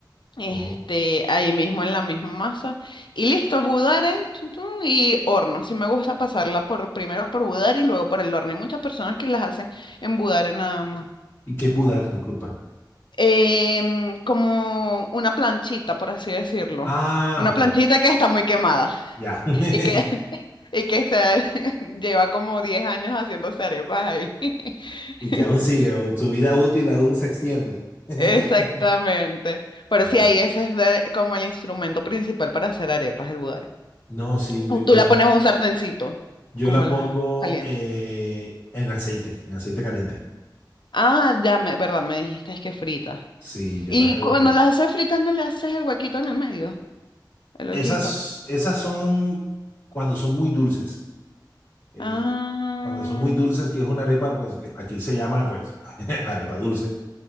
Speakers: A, on the left; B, on the left.
A: este,
B: Oh.
A: ahí mismo en la misma masa. Y listo, budare, tun, tun, y horno. Sí me gusta pasarla por, primero por budare y luego por el horno. Hay muchas personas que las hacen en budare nada más
B: ¿Y qué es mudar? Disculpa.
A: em, como una planchita, por así decirlo.
B: Ah,
A: Una
B: ok,
A: planchita que está muy quemada
B: ya. <laughs>
A: y que, <laughs> y que se <laughs> lleva como 10 años haciéndose arepas ahí. <laughs>
B: Y que aún sigue, o su vida útil aún se extiende. <laughs>
A: Exactamente. Pero
B: Ah,
A: sí, ahí ese es de- como el instrumento principal para hacer arepas, el budare.
B: no, sí, muy
A: O Tú
B: buena.
A: le pones un sartencito,
B: Yo
A: como
B: la
A: las
B: pongo
A: calientes.
B: eh, en aceite, en aceite caliente.
A: Ah, ya, me, verdad, me dijiste es que frita.
B: Sí, yo
A: Y
B: las hago
A: cuando
B: juntas.
A: las haces fritas, ¿no le haces el huequito en el medio? El
B: Esas,
A: hoyito.
B: esas son cuando son muy dulces. Eh,
A: Ah.
B: cuando son muy dulces, que es una arepa, pues que aquí se llama, pues, <laughs> arepa dulce.